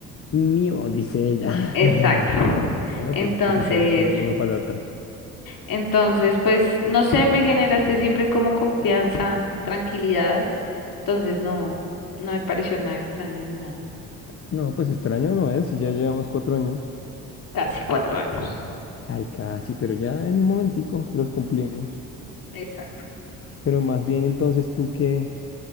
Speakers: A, on the left; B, on the left.
A: Mío, dice ella.
B: Exacto.
A: <laughs> Bueno,
B: Entonces,
A: pues es que sí estamos son uno para el otro.
B: entonces, pues, no sé, me generaste siempre como confianza, tranquilidad. Entonces, no, no me pareció nada extraño ni nada.
A: No, pues extraño no es, si ya llevamos cuatro años.
B: Casi cuatro años.
A: Ay, casi, pero ya en un momentico los cumplimos.
B: Exacto.
A: Pero más bien entonces tú qué,